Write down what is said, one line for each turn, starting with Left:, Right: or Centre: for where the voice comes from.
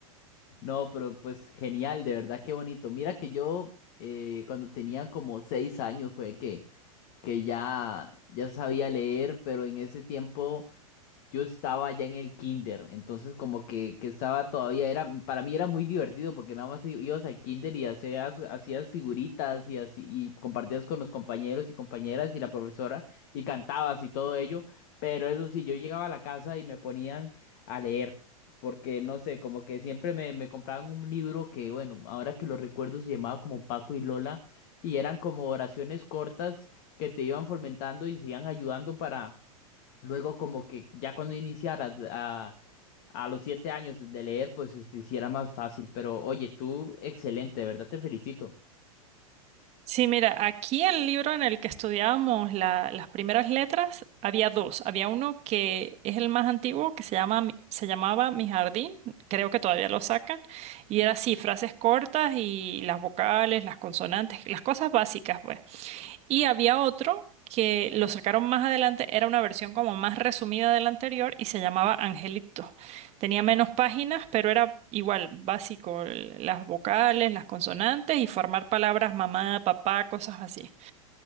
Left: No, pero pues genial, de verdad, qué bonito. Mira que yo, eh, cuando tenía como seis años fue que, que ya, ya sabía leer, pero en ese tiempo yo estaba ya en el kinder, entonces como que, que estaba todavía, era, para mí era muy divertido porque nada más i- ibas al kinder y hacías, hacías figuritas y así, y compartías con los compañeros y compañeras y la profesora y cantabas y todo ello, pero eso sí, yo llegaba a la casa y me ponían a leer. Porque no sé, como que siempre me, me compraban un libro que, bueno, ahora que lo recuerdo se llamaba como Paco y Lola, y eran como oraciones cortas que te iban fomentando y se iban ayudando para, Luego como que ya cuando iniciara a, a los siete años de leer, pues se te hiciera más fácil. Pero oye, tú excelente, de verdad te felicito.
Right: Sí, mira, aquí el libro en el que estudiábamos la- las primeras letras había dos. Había uno que es el más antiguo, que se llama, Mi- se llamaba Mi Jardín, creo que todavía lo sacan, y era así, frases cortas y las vocales, las consonantes, las cosas básicas, pues. Y había otro que lo sacaron más adelante, era una versión como más resumida de la anterior y se llamaba Angelito. Tenía menos páginas, pero era igual, básico, el- las vocales, las consonantes y formar palabras mamá, papá, cosas así.